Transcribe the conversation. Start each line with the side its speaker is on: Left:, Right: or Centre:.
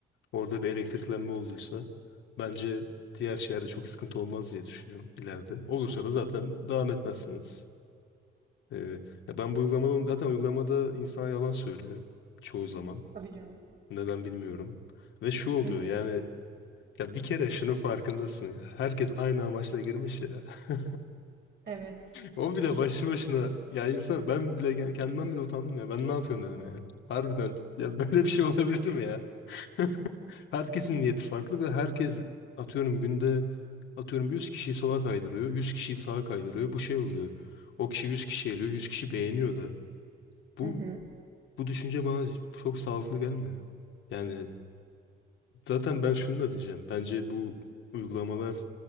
Left: orada bir elektriklenme olduysa bence diğer şeylerde çok sıkıntı olmaz diye düşünüyorum ileride. Olursa da zaten devam etmezsiniz. Ee, ya ben bu uygulamadan zaten uygulamada insan yalan söylüyor çoğu zaman.
Right: Tabii canım.
Left: Neden bilmiyorum. Ve şu oluyor
Right: Hı hı.
Left: yani ya bir kere şunun farkındasın ya. Herkes aynı amaçla girmiş ya. <laughs>
Right: Evet.
Left: O bile başlı başına ya insan ben bile ge- kendimden bile utandım ya. Ben ne yapıyorum dedim yani. Harbiden ya <laughs> böyle bir şey olabilir mi ya? <laughs> Herkesin niyeti farklı ve herkes atıyorum günde atıyorum 100 kişiyi sola kaydırıyor, 100 kişiyi sağa kaydırıyor. Bu şey oluyor. O kişi 100 kişi eliyor, 100 kişi beğeniyor da. Bu
Right: Hı hı.
Left: Bu düşünce bana çok sağlıklı gelmiyor. Yani zaten ben şunu da diyeceğim. Bence bu uygulamalar